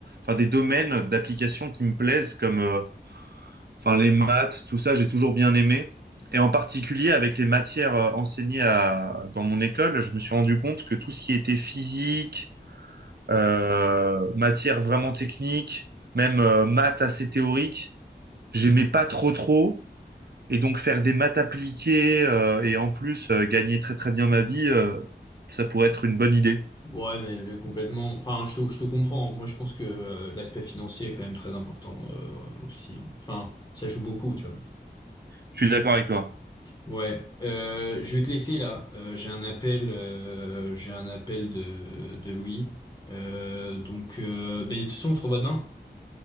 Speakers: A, on the right; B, on the left.
A: enfin des domaines d'application qui me plaisent comme euh, enfin les maths, tout ça, j'ai toujours bien aimé. Et en particulier avec les matières euh, enseignées à, dans mon école, je me suis rendu compte que tout ce qui était physique, euh, matière vraiment technique, même euh, maths assez théoriques, j'aimais pas trop trop. Et donc faire des maths appliquées euh, et en plus euh, gagner très très bien ma vie, euh, ça pourrait être une bonne idée.
B: ouais mais, mais complètement enfin je te, je te comprends moi je pense que euh, l'aspect financier est quand même très important euh, aussi hein. enfin ça joue beaucoup tu vois
A: Je suis d'accord avec toi.
B: Ouais, euh, je vais te laisser là. Euh, j'ai un appel, euh, j'ai un appel de, de Louis. Euh, donc, euh, ben, de toute façon, on se revoit demain.